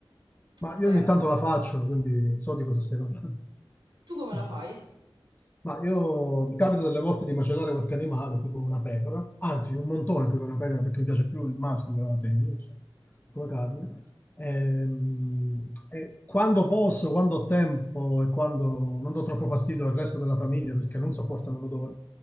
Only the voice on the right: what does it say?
E
poi
ah,
tu come
la
fai?